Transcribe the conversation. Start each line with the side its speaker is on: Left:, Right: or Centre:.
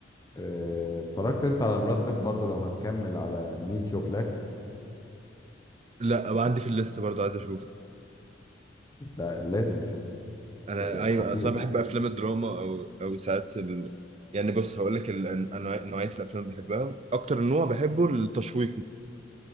Left: آه، اتفرجت انت على براد بيت برضه لو هنكمل على ميت جو بلاك
Right: لا وعندي في الليست برضه عايز اشوفه
Left: ده لازم تشوفه
Right: انا
Left: آه،
Right: ايوه
Left: خطير
Right: اصلا بحب افلام الدراما او او ساعات ال... يعني بص هقول لك ال... أنواع- نوعيه الافلام اللي بحبها اكتر نوع بحبه التشويقي